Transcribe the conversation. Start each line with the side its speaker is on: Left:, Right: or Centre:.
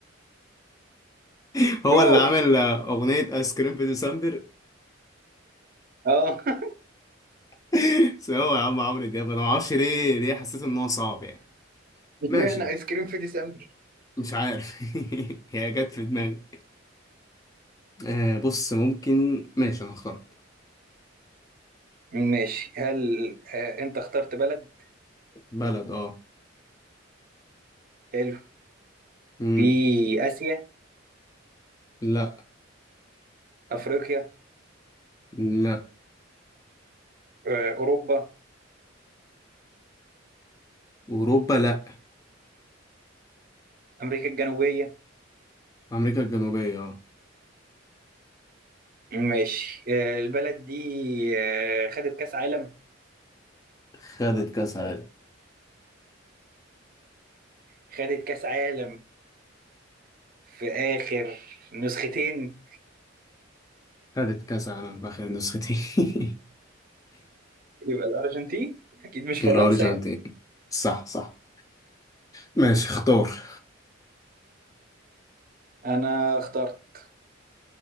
Left: <laughs> هو
Right: شوف
Left: اللي عامل آه، اغنيه ايس كريم في ديسمبر
Right: اه <laughs>
Left: <laughs> بس هو يا عم عمرو دياب انا معرفش ليه ليه حسيت ان هو صعب يعني
Right: اشمعنى
Left: ماشي
Right: ايس كريم في ديسمبر
Left: مش عارف <laughs> هي جت في دماغي آه بص ممكن ماشي انا اخترت
Right: ماشي هل آه، انت اخترت بلد
Left: بلد اه
Right: حلو
Left: امم
Right: في اسيا
Left: لا
Right: افريقيا
Left: لا
Right: آه، اوروبا
Left: اوروبا لا
Right: امريكا الجنوبيه
Left: امريكا الجنوبيه اه
Right: ماشي آه، البلد دي آه، خدت كاس عالم
Left: خدت كاس عالم
Right: خدت كاس عالم في اخر نسختين
Left: خدت كاس عالم في اخر النسختين <laughs>
Right: يبقى الأرجنتين أكيد مش فرنسا
Left: الأرجنتين
Right: يعني
Left: صح صح ماشي اختار
Right: أنا اخترت